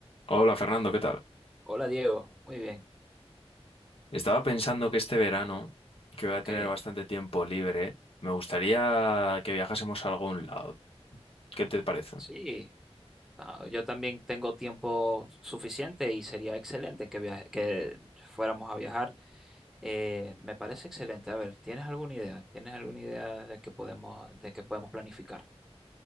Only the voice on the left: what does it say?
Hola Fernando, ¿qué tal?
Estaba pensando que este verano, que voy
a tener bastante tiempo libre, me gustaría que viajásemos a algún lado. ¿Qué te parece?